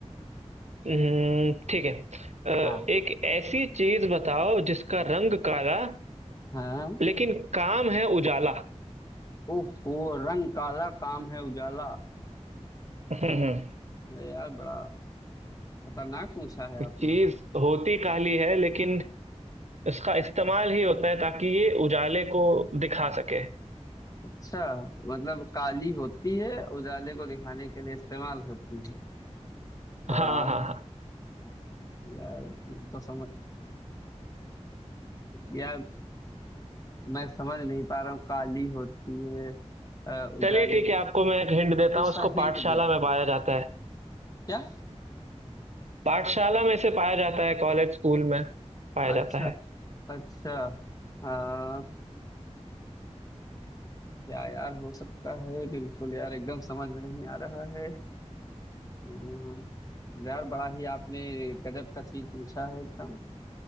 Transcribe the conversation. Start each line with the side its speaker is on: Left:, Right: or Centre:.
Right: हम्म, ठीक है अ,
Left: हाँ
Right: एक ऐसी चीज बताओ जिसका रंग काला
Left: हाँ
Right: लेकिन काम है उजाला
Left: ओहो रंग काला काम है उजाला
Right: हम्म
Left: अरे यार बड़ा खतरनाक पूछा है आपने
Right: चीज होती काली है लेकिन इसका इस्तेमाल ही होता है ताकि ये उजाले को दिखा सके
Left: अच्छा मतलब काली होती है उजाले को दिखाने के लिए इस्तेमाल होती है आ,
Right: हाँ हाँ हाँ
Left: यार मैं तो समझ यार मैं समझ नहीं पा रहा हूँ काली होती है आ, उजाले
Right: चलिए ठीक है आपको मैं एक हिंट देता
Left: कुछ
Right: हूँ इसको
Left: सा हिंट
Right: पाठशाला
Left: दे
Right: में पाया जाता है
Left: क्या
Right: पाठशाला में से पाया जाता है कॉलेज स्कूल में पाया
Left: अच्छा
Right: जाता है
Left: अच्छा आ, क्या यार हो सकता है बिल्कुल यार एकदम समझ में नहीं आ रहा है अम, यार बड़ा ही आपने गजब का चीज पूछा है एकदम